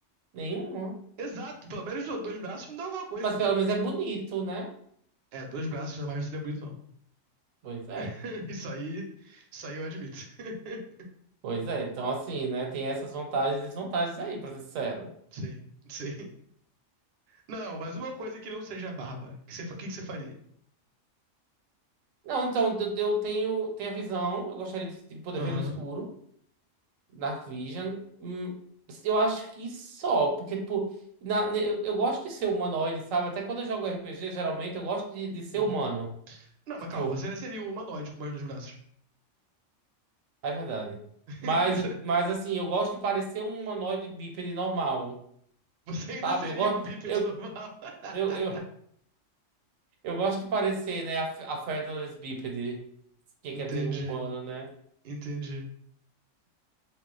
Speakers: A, on the right; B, on the right.
A: nenhuma.
B: Exato, pelo menos dois braços me dão alguma coisa.
A: Mas pelo menos é bonito, né?
B: É, dois braços jamais não seria bonito, não.
A: Pois é.
B: <laughs> Isso aí, isso aí eu admito. <laughs>
A: Pois é. Então, assim, né, tem essas vantagens e desvantagens aí, pra ser sincero.
B: Sim, sim. Não, mas uma coisa que não seja barba, que você, fa- que, que você faria?
A: Não, então, eu eu tenho, tenho a visão. Eu gostaria de de poder
B: Aham,
A: ver no escuro. Dark Vision. hum, eu acho que só, porque, tipo, na- ne- eu, eu gosto de ser humanoide, sabe? Até quando eu jogo RPG, geralmente eu gosto de, de ser
B: uhum.
A: humano.
B: Não,
A: Tipo,
B: mas calma, você seria um humanoide com mais dois braços.
A: é verdade.
B: <laughs>
A: Mas, mas assim, eu gosto de parecer um humanoide bípede normal,
B: Você ainda
A: sabe?
B: seria
A: Eu gosto,
B: um bípede
A: eu,
B: normal. <laughs>
A: eu, eu, eu gosto de parecer, né, a, a featherless bípede, que
B: Entendi,
A: quer dizer um humano, né?
B: entendi.